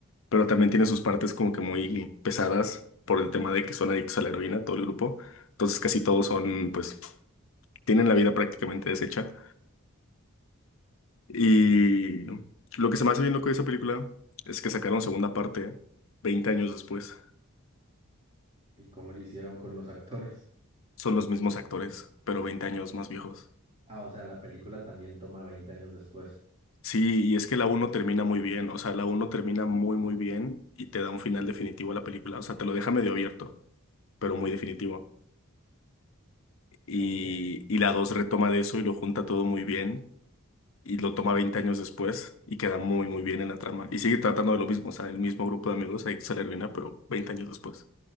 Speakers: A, on the left; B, on the right.
A: pero también tiene sus partes como que muy pesadas por el tema de que son adictos a la heroína, todo el grupo. Entonces casi todos son, pues, tienen la vida prácticamente deshecha. Y
B: Ok.
A: lo que se me hace bien loco de esa película es que sacaron segunda parte 20 años después.
B: ¿Y cómo le hicieron con los actores?
A: Son los mismos actores, pero veinte años más viejos.
B: Ah, o sea, la película también toma 20 años después.
A: Sí, y es que la uno termina muy bien, o sea, la uno termina muy muy bien y te da un final definitivo a la película, o sea, te lo deja medio abierto, pero muy definitivo. Y,
B: Ok,
A: y la 2 retoma de eso y lo junta todo muy bien y lo toma 20 años después y queda muy muy bien en la trama. Y sigue tratando de lo mismo, o sea, el mismo grupo de amigos, ahí se termina, pero 20 años después.